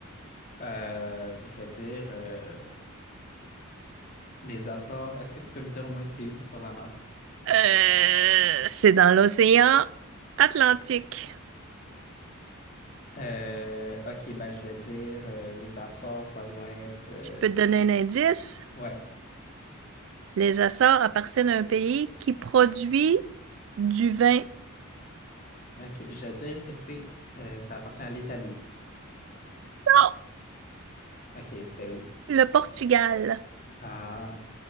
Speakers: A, on the left; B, on the right.
A: euh, je veux dire, euh, les Açores, est-ce que tu peux me dire au moins c'est où sur la map?
B: Euh, c'est dans l'océan Atlantique.
A: Euh, ok, ben je vais dire euh, les Açores, ça doit être. euh,
B: Je peux te donner un indice.
A: ouais,
B: Les Açores appartiennent à un pays qui produit du vin.
A: ok, je vais dire que c'est. euh, ça appartient à l'Italie.
B: Non,
A: Ok, c'était où?
B: le Portugal.
A: Ah.